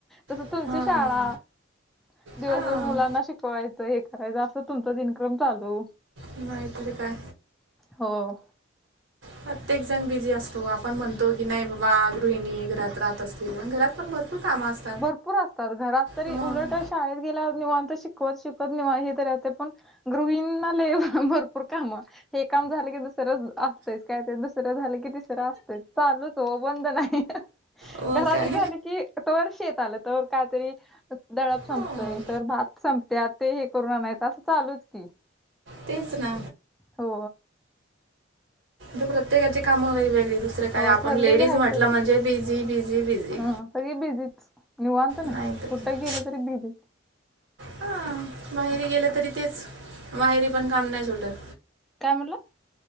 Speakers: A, in the centre; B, on the right.
A: तसं
B: हां
A: तुमची शाळा, दिवसभर
B: हां
A: मुलांना शिकवायचं एक. असं तुमचा दिनक्रम चालू.
B: नायतरी काय.
A: हो
B: प्रत्येक जण बिझी असतो. आपण म्हणतो की नाही बाबा गृहिणी घरात राहत असतील घरात पण भर काम असतात.
A: भरपूर असतात घरात तरी
B: मग
A: उलट शाळेत गेल्यावर निवांत शिकवत शिकवत निव हे तरी राहते पण गृहिणींना लय भरपूर कामं. हे काम झालं की दुसरं असतोय काय ते दुसरं झालं की तिसरं असतोय चालूच हो बंद नाही.
B: मग
A: घरातली
B: काय
A: झाली की तोवर शेताला तो वर काय तरी. दडप संपतय
B: हां
A: तर भात संपते आ ते हे करून आणायचं असं चालूच की.
B: तेच ना
A: हो
B: तो प्रत्येकाची कामं वेगवेेगळी. दुसरं काय
A: हो
B: आपण
A: ठरलेले
B: लेडीज
A: आहेतच
B: म्हटलं म्हणजे
A: ते
B: बिझी बिझी बिझी.
A: हा सगळी बिझीच निवांत ना
B: नाही तर काय
A: कुठं गेली तरी बिजी.
B: हां माहेरी गेलं तरी तेच, माहेरी पण काम नाय सुटत.
A: काय म्हणला